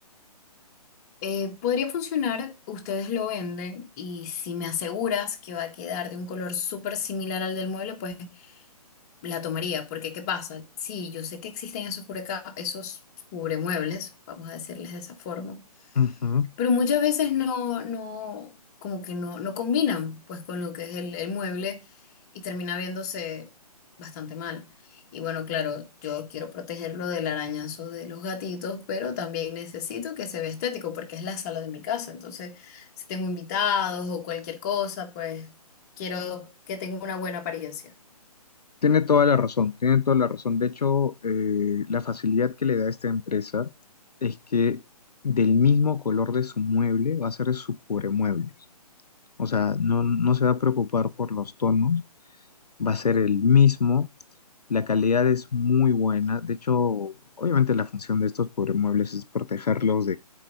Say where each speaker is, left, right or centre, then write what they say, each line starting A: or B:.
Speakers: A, on the left; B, on the left.
A: Eh, podría funcionar, ustedes lo venden y si me aseguras que va a quedar de un color súper similar al del mueble, pues la tomaría, porque ¿qué pasa? Sí, yo sé que existen esos cubreca esos cubremuebles, vamos a decirles de esa forma,
B: Ujú.
A: Pero muchas veces no, no, como que no, no combinan pues con lo que es el, el mueble y termina viéndose bastante mal. Y bueno, claro, yo quiero protegerlo del arañazo de los gatitos, pero también necesito que se vea estético porque es la sala de mi casa. Entonces, si tengo invitados o cualquier cosa, pues quiero que tenga una buena apariencia.
B: Tiene toda la razón, tiene toda la razón. De hecho, eh, la facilidad que le da esta empresa es que del mismo color de su mueble va a ser su cubremuebles. O sea, no, no se va a preocupar por los tonos, va a ser el mismo. La calidad es muy buena. De hecho, obviamente la función de estos cubremuebles es protegerlos